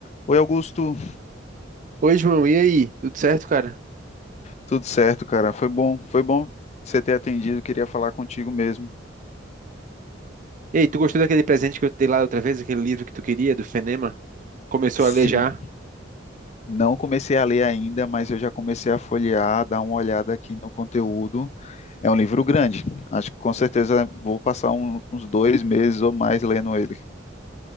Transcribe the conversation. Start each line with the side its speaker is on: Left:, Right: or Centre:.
Left: Oi, Augusto.
Right: Oi, João, e aí? Tudo certo, cara?
Left: Tudo certo, cara? Foi bom, foi bom você ter atendido. Queria falar contigo mesmo.
Right: Ei, tu gostou daquele presente que eu te dei lá outra vez, aquele livro que tu queria, do Fenema? Começou
Left: Sim,
Right: a ler já?
Left: não comecei a ler ainda, mas eu já comecei a folhear, dar uma olhada aqui no conteúdo. É um livro grande. Acho que com certeza vou passar um- uns dois meses ou mais lendo ele.